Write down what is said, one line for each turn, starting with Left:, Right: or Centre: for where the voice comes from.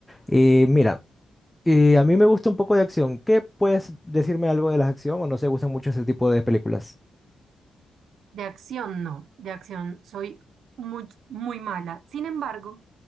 Centre: Eh, mira. Y a mí me gusta un poco de acción. ¿Qué puedes decirme algo de las acción o no se gustan mucho ese tipo de películas?
Right: De acción, no, de acción soy muy, muy mala. Sin embargo,